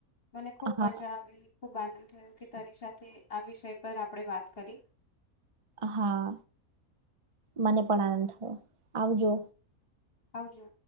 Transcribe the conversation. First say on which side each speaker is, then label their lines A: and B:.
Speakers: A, on the left; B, on the right.
A: મને ખુબ
B: હા
A: મજા આવી ખુબ આનંદ થયો કે તારી સાથે આ વિષય પર આપણેે વાત કરી
B: હા મને પણ આનંદ થયો આવજો
A: આવજો